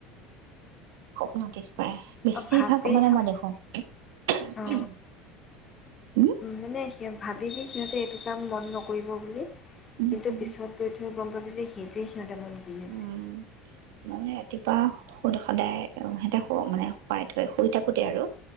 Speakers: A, on the right; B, on the left.
A: স্বপ্ন দিছ কৰা বেছিভাগ
B: অ ভাবি
A: মানে
B: থাক
A: মই দেখো হম
B: অ মানে সি ভাবিবি সিহঁতে এইটো কাম মন নকৰিব বুলি
A: উম
B: কিন্তু
A: উম
B: পিছত গৈ থৈ গম পাবি যে সিট মদেমত গ আছে
A: উম মানে ৰাতিপুৱা সদায় সিহঁতে মানে শুৱাই থৈ শুই থাকোতে আৰু